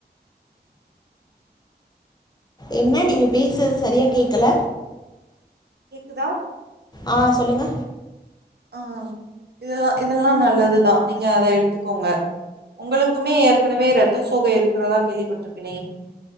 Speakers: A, on the left (about 25°); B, on the right (about 70°).
A: என்ன நீங்க பேசறது சரியா கேக் க்கல
B: கேக்குதா
A: ஆ சொல்லுங்க
B: ஆ இதெல்லா இதெல்லா நல்லதுதா நீங்க அத எடுத்துக்கோங்க உங்களுக்குமே ஏற்கனவே இரத்த சோகை இருக்கிறதா கேள்விப்பட்டுருக்கனே